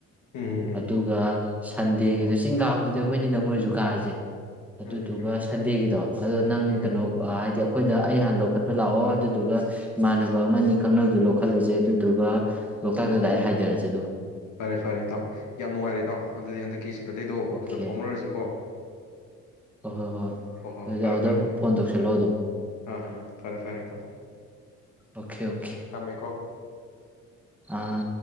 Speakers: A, on the left (about 75°); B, in the centre.
A: ꯎꯝ ꯎꯝ
B: ꯑꯗꯨꯒ ꯁꯟꯗꯦꯒꯤꯗꯣ ꯆꯤꯡ ꯀꯥꯕꯗꯨꯗꯤ ꯑꯩꯈꯣꯏꯅꯤ ꯗꯪ ꯑꯣꯏꯔꯁꯨ ꯀꯥꯔꯁꯦ ꯑꯗꯨꯗꯨꯒ
A: ꯎꯝ ꯎꯝ ꯎꯝ
B: ꯁꯟꯗꯦꯒꯤꯗꯣ ꯑꯗꯨ ꯅꯪ
A: ꯎꯝ
B: ꯀꯩꯅꯣ
A: ꯎꯝ
B: ꯍꯥꯏꯗꯤ ꯑꯩꯈꯣꯏꯗ ꯑꯩ ꯍꯥꯟꯅ ꯂꯧꯈꯠꯄ ꯂꯥꯛꯑꯣ ꯑꯗꯨꯗꯨꯒ ꯏꯃꯥꯟꯅꯕ ꯑꯃꯅꯤ ꯈꯪꯅꯕꯗꯨ ꯂꯧꯈꯠꯂꯁꯦ ꯑꯗꯨꯗꯨꯒ ꯂꯣꯛꯇꯥꯛꯇ ꯗꯥꯏꯔꯦꯛ ꯍꯥꯏꯊꯔꯁꯦ ꯑꯗꯨꯒ
A: ꯐꯔꯦ ꯐꯔꯦ ꯏꯇꯥꯎ ꯌꯥꯝ ꯅꯨꯡꯉꯥꯏꯔꯦ ꯏꯇꯥꯎ ꯑꯗꯨꯗꯤ ꯍꯟꯗꯛ ꯀꯤ ꯁꯇꯔꯗꯦꯗꯣ
B: ꯑꯣꯀꯦ
A: ꯑꯗꯨꯗ ꯐꯥꯎꯅꯔꯁꯤꯀꯣ
B: ꯍꯣꯏ ꯍꯣꯏ ꯍꯣꯏ
A: ꯍꯣ ꯍꯣ
B: ꯑꯗꯨꯗꯤ
A: ꯐꯔꯦ
B: ꯑꯗꯨꯗ
A: ꯐꯔꯦ ꯏꯇꯥꯎ
B: ꯐꯣꯟ ꯇꯧꯁꯜꯂꯣ ꯑꯗꯨꯝ
A: ꯑꯥ ꯑꯥ ꯐꯔꯦ ꯐꯔꯦ ꯏꯇꯥꯎ
B: ꯑꯣꯀꯦ ꯑꯣꯀꯦ
A: ꯊꯝꯃꯦꯀꯣ
B: ꯑꯥ